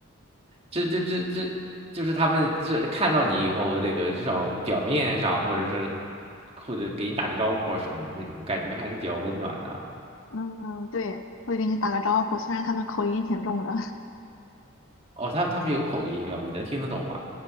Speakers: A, on the right; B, on the left.
A: 这这这这就是他们这看到你以后，那个至少表面上或者是或者给你打个招呼啊什么的那种感觉，还是比较温暖的。
B: 嗯，对，会给你打个招呼，虽然他们口音挺重的。
A: 哦，他他们有口音哦，你能听得懂吗？